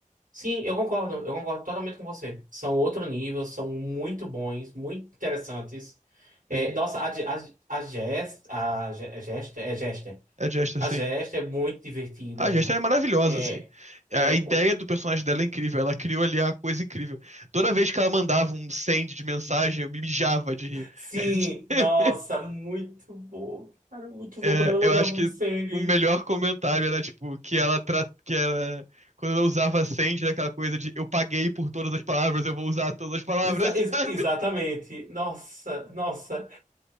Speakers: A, on the right; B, on the right.
A: Sim, eu concordo. Eu concordo totalmente com você. São outro nível, são muito bons, muito interessantes. É,
B: sim,
A: nossa, a, Je- a, a Jess. A Je- é Jester? É Jester.
B: é Jester,
A: A
B: sim.
A: Jester é muito divertida.
B: A Jester é maravilhosa,
A: É.
B: assim.
A: É,
B: A a ideia
A: o-
B: do personagem dela é incrível. Ela criou ali a coisa incrível. Toda vez que ela mandava um send de mensagem, eu me mijava de rir.
A: Sim,
B: <laughs>
A: nossa, muito bom, cara, muito bom
B: É,
A: quando ela mandava
B: eu acho que
A: um sangue.
B: o melhor comentário era, tipo, que ela, tra... que ela... Quando ela usava send, era aquela coisa de eu paguei por todas as palavras, eu vou usar todas as palavras,
A: Exa- ex-
B: <laughs> sabe?
A: exatamente. Nossa, nossa.